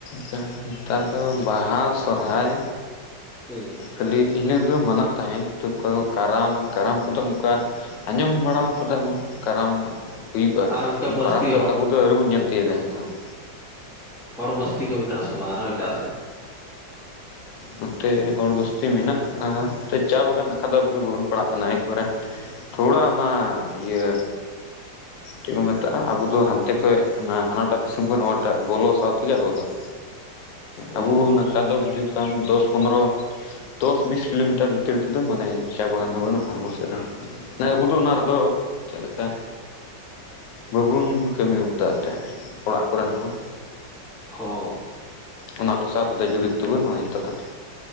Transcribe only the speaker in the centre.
ᱦᱩᱸ
ᱟᱨ ᱚᱱᱠᱟ ᱵᱟᱥᱛᱤ
ᱵᱟᱝ
ᱦᱚᱲ ᱵᱚᱥᱛᱤ ᱠᱚ ᱢᱮᱱᱟᱜᱼᱟ ᱥᱮ ᱵᱟᱝ ᱟᱨᱦᱚᱸ ᱮᱴᱟᱜ ᱥᱮᱫ
ᱚ
ᱦᱚᱸ ᱾